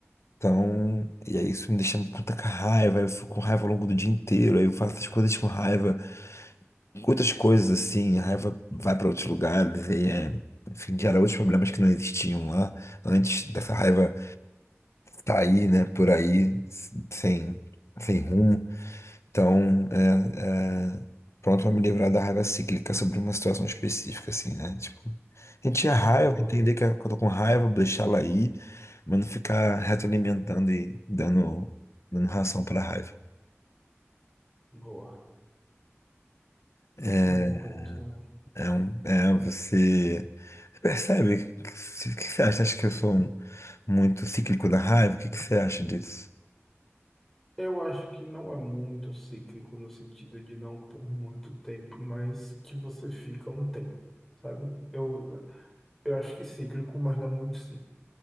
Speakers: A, on the left; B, in the centre.
A: Então, e aí isso me deixa com tanta raiva, eu fico com raiva ao longo do dia inteiro, aí eu faço as coisas com raiva. outras coisas assim, a raiva vai para outros lugares e é, enfim, gera outros problemas que não existiam lá antes dessa raiva sair, né, por aí s- sem sem rumo. Então, é, é, pronto para me livrar da raiva cíclica sobre uma situação específica assim, né? Tipo, a gente é raiva,
B: Boa,
A: entender que eu tô com raiva, deixar ela aí, mas não ficar retroalimentando e dando dando ração para raiva.
B: boa.
A: É,
B: Acho um bom ponto, né?
A: É um, é, você você percebe? O que, você o que você acha? Acha que eu sou um- muito cíclico da raiva? O que, que você acha disso?
B: Eu acho que não é muito cíclico no sentido de não por muito tempo, mas que você fica um tempo, sabe? Eu, eu acho que cíclico, mas não muito cíclico,